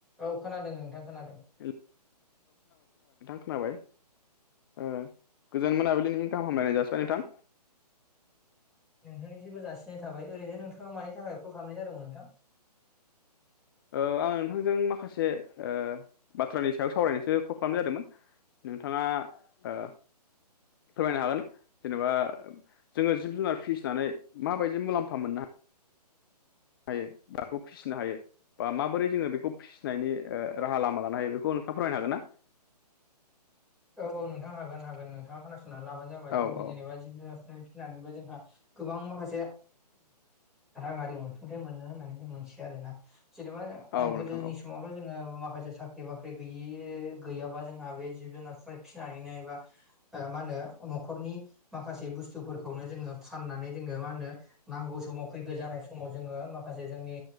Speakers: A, in the centre; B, on the left.
A: औ खोनादों नोंथां खोनादों।
B: हेल! <unintelligible> खोनाबाय औ खोनाबाय नोंथां खोनाबाय ओ गोजोन मोनाबिलिनि गाहाम हामलायनाय जसिबाय नोंथां।
A: नोंथांनिसिमबो जासिनाय थाबाय ओरैनो नोंथाङा मानि थाखाय कल खालामनाय जादोंमोन नोंथां?
B: औ आं नोंथांजों माखासे ओ बाथ्रानि सायाव सावरायनोसो कल खालामनाय जादोंमोन। नोंथाङा ओ फोरमायनो हागोन जेनेबा जोङो जिब जुनार फिसिनानै माबायदि मुलाम्फा मोननो हायो हायो माखौ फिसिनो हायो? बा माबोरै जोङो बेखौ फिसिनायनि ओ राहा लामा लानो हायो बेखौ नोंथाङा फोरमायनो हागोन ना?
A: औ औ नोंथां हागोन हागोन श। नोंथाङा खोनासंनानै लाबानो जाबाय
B: औ
A: जोङो
B: औ
A: जेनेबा जिब जुनारफोरनि फिनानैबो जोंहा गोबां माखासे राङारि अनसुंथाइ मोनो होननानै जों मिथियो आरोना जेनेबा
B: औ
A: गोदोनि
B: नोंथां औ
A: समावथ' जोङो माखासे साख्रि बाख्रि गैयि गैयाबा जोंहा बे जिब जुनार फोर फिनानैनो एबा ओ मा होनो न'खरनि माखासे बुस्थुफोरखौनो जोङो फाननानै जोङो मा होनो नांगौ समाव खैदो जानाय समाव जोङो माखासे जोंनि